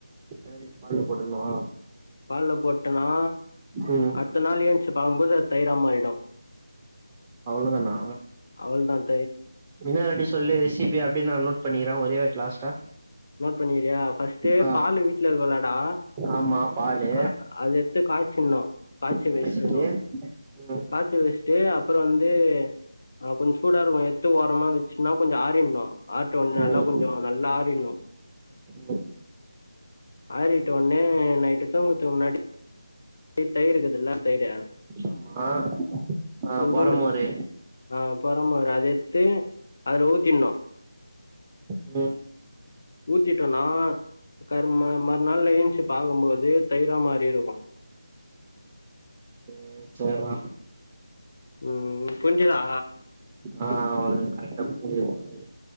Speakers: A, on the right (about 20°); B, on the left (about 55°).
A: தயிர் எத்து பால்ல போட்ருனுமா
B: பால்ல போட்டன்னா
A: ம்
B: அட்த்த நாள் ஏந்ச்சி பாக்கும் போது அது தயிரா மாறிடு
A: அவ்ளோ தானா
B: அவ்வள் தா
A: இன்னோரு வாட்டி சொல்லு ரெசிப்பி அப்டியே நா நோட் பண்ணிகிறே ஒரே வாட் லாஸ்ட்டா
B: நோட் பண்ணிகிறியா ஃபஸ்ட்டு
A: ஆ
B: பாலு வீட்ல இருக்குல்லடா
A: ஆமா பாலு
B: அ அது எத் து காய்ச்சணு காய்ச்சி
A: காய்ச்சிட்டு
B: வெஸ்கிணு
A: ம்
B: காச்சி வெஸ்ட்டு அப்பறோ வந்து ஆ கொஞ் சூடா இருக்கு எத்து ஓரமா வெச்டினா கொஞ்சோ ஆறிர்ணு ஆறிட்ட ஒன்னே நல்லா
A: ம்
B: கொஞ்சோ நல்லா ஆறிர்ணு
A: ம்
B: ஆறிட்ட ஒன்னே நைட்டு தூங்கற்த்துக் முன்னாடி <unintelligible> தயிருக்குதுல்ல தயிரு
A: ஆமா ஆ
B: கொஞ்சோண்டு
A: பொறமோரு
B: ஆ பொறமோர் அத எத்து அதுல ஊத்திர்ணு
A: ம்
B: ஊத்திட்டோனா கரு ம மறுநாள் ல ஏந்ச்சி பாக்கம்போது தயிரா மாரிருக்கு
A: எ சேர்ரா
B: ம் புஞ்சிதா
A: ஆ ஒழுங் கரக்ட்டா புஞ்சிது புஞ்சிது